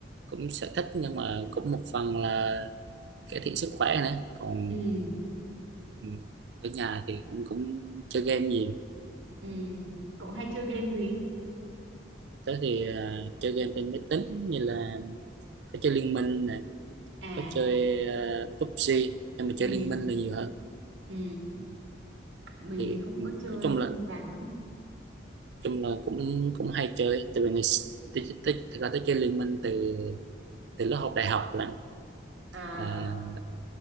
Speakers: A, on the right; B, on the right.
A: cũng sở thích nhưng mà cũng một phần là cải thiện sức khỏe nữa còn
B: ừ
A: ừ, ở nhà thì cũng cũng chơi game nhiều
B: ừ cậu hay chơi game gì
A: tớ thì à, chơi game trên máy tính như là tớ chơi Liên Minh
B: à
A: có chơi ờ, PUBG em mà
B: ừ
A: chơi Liên Minh là nhiều hơn
B: ừ
A: Ừ.
B: mình
A: thì
B: thì không
A: ừ,
B: có chơi
A: nói chung
B: nên
A: là
B: không rành lắm
A: chung là cũng cũng hay chơi tại vì ngày s- tới tới thực ra tới chơi Liên Minh từ từ lớp học đại học là,
B: à
A: là